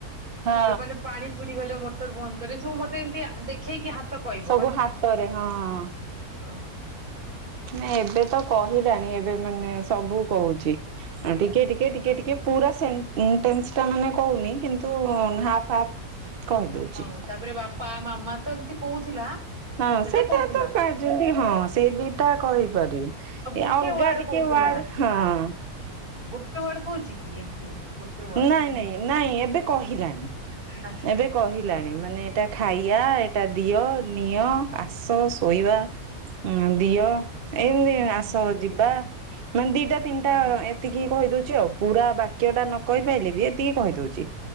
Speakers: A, on the right; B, on the right.
A: ହଁ
B: ଏମାନେ ପାଣି ପୁରି ଗଲେ ମୋଟର ବନ୍ଦ କରେ ଏସବୁ ମତେ ଏମତି ଦେଖେଇକି ହା ତ କହିବ
A: ସବୁ
B: ମାନେ ପା,
A: ହାତରେ ହଁ।
B: ହଁ
A: ନାଇ ଏବେ ତ କହିଲାଣି ଏବେ ମାନେ ସବୁ କହୁଚି। ହଁ ଟିକେ ଟିକେ ଟିକେ ଟିକେ ପୁରା ସେମ୍। ଇଣ୍ଟେନ୍ସ ଟା ମାନେ କହୁନି କିନ୍ତୁ ହାପ୍ ହାପ୍ କହିଦଉଚି।
B: ହଁ ତାପରେ ବାପା ମାମା ତ ଏମିତି କହୁଥିଲା।
A: ହଁ
B: ସେଟା
A: ସେଇଟା
B: କହୁଥିଲା
A: ତ କାର ଜଲଦି ହଁ ସେଇ ଦିଟା କହିପାରିବି।
B: ଆଉ ଗୋଟେ
A: ଏ ଅଲଗା
B: ୱାର୍ଡ
A: ଟିକେ
B: କହୁଥିଲା
A: ୱାଡ୍, ହଁ।
B: ଗୋଟେ ୱାର୍ଡ କହୁଚି କି ଏମିତି? ଗୋଟେ ୱାର୍ଡ
A: ନାଇଁ ନାଇଁ ନାଇଁ ଏବେ କହିଲାଣି।
B: ଆଛା।
A: ଏବେ କହିଲାଣି ମାନେ ଏଇଟା ଖାଇଆ, ଏଇଟା ଦିଅ, ନିଅ, ଆସ, ଶୋଇବା ହୁଁ ଦିଅ ଏମତି
B: ହୁଁ
A: ଆସ ଯିବା ମାନେ ଦିଟା ତିନିଟା
B: ହୁଁ।
A: ଏତିକି କହିଦଉଚି ଆଉ। ପୁରା ବାକ୍ୟ ଟା ନ କହି ପାଇଲେ ବି ଏତିକି କହିଦଉଚି।